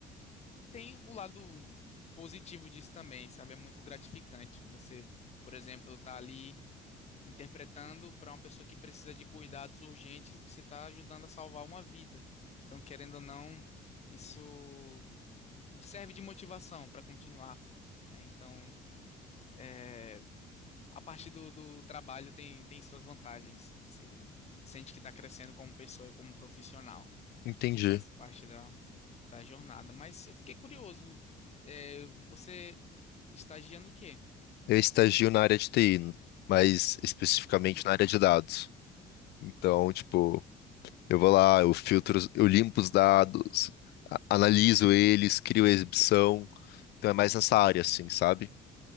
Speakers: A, on the left; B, on the left.
A: tem o lado positivo disso também, sabe? É muito gratificante. Você, por exemplo, tá ali interpretando para uma pessoa que precisa de cuidados urgentes, você está ajudando a salvar uma vida. Então, querendo ou não, isso serve de motivação para continuar. né? Então, é, a parte do, do trabalho tem, tem suas vantagens. sim. Você sente que está crescendo como pessoa e como profissional.
B: entendi.
A: Então faz parte da, da jornada. Mas eu fiquei curioso. É, você estagia no quê?
B: Eu estagio na área de TI, mas especificamente
A: Que legal.
B: na área de dados. Então, tipo. Eu vou lá, eu filtro, os- eu limpo os dados, a- analiso eles, crio a exibição. Então é mais nessa área, assim, sabe?